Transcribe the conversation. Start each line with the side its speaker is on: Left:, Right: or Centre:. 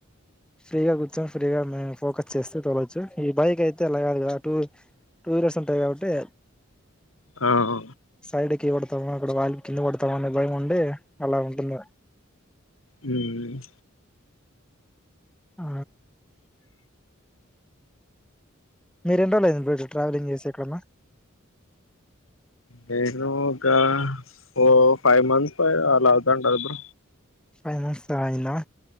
Centre: ఫ్రీగా కూర్చొని ఫ్రీగా మే ఫోకస్ చేస్తూ తోలచ్చు. ఈ బైక్ అయితే అలా గాదు కదా టూ టూ వీలర్స్ ఉంటాయి కాబట్టి.
Left: ఆ ఓ
Centre: సైడుకి పడతాము అక్కడ వాళ్ళు కింద పడతామ అనే భయం ఉండి అలా ఉంటుంది.
Left: ఉహ్మ్
Centre: ఆ మీరెన్ని డ్రోలైతంది బ్రో ఇట్లా ట్రావెలింగ్ చేసి ఎక్కడన్న
Left: నేను ఒక ఫో ఫైవ్ మంత్స్ పై అలా అవుతా ఉంటది. బో
Centre: ఫైవ్ మంత్స్ అయిందా